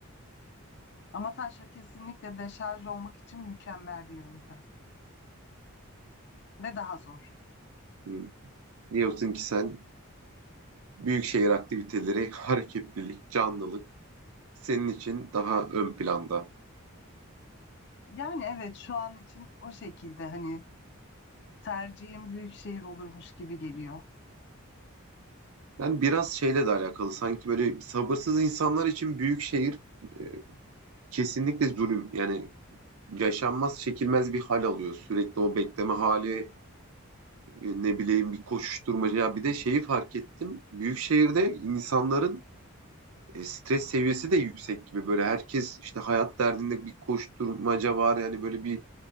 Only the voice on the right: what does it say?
Hmm. Diyorsun ki sen büyük şehir aktiviteleri, <laughs> hareketlilik, canlılık senin için daha ön planda.
Yani biraz şeyle de alakalı sanki böyle sabırsız insanlar için büyük şehir e, kesinlikle zulüm. Yani yaşanmaz, çekilmez bir hal alıyor. Sürekli o bekleme hali, e, ne bileyim bir koşuşturmaca. Ya bir de şeyi fark ettim. Büyük şehirde insanların e, stres seviyesi de yüksek gibi böyle herkes işte hayat derdinde bir koşturmaca var yani böyle bir